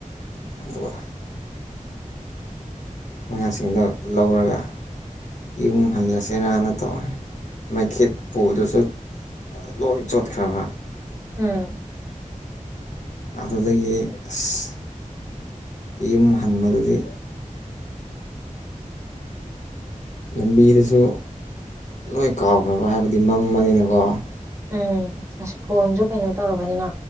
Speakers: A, on the left; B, on the right.
A: ꯑꯗꯨꯒ ꯉꯥꯁꯤꯡꯗꯣ ꯂꯧꯔꯒ ꯌꯨꯝ ꯍꯜꯂꯁꯦꯔꯅ ꯇꯧꯔꯦ ꯃꯩꯈꯦꯠ ꯄꯨꯕꯗꯨꯁꯨ ꯂꯣꯏ ꯆꯣꯠꯈ꯭ꯔꯕ
B: ꯎꯝ
A: ꯑꯗꯨꯗꯒꯤ ꯑꯁ ꯌꯨꯝ ꯍꯟꯕꯗꯗꯤ ꯂꯝꯕꯤꯗꯨꯁꯨ ꯂꯣꯏ ꯀꯥꯎꯈ꯭ꯔꯕ ꯍꯥꯏꯕꯗꯤ ꯃꯝꯕꯅꯤꯅꯀꯣ
B: ꯎꯝ ꯑꯁ ꯐꯣꯟꯁꯨ ꯀꯩꯅꯣ ꯇꯧꯔꯕꯅꯤꯅ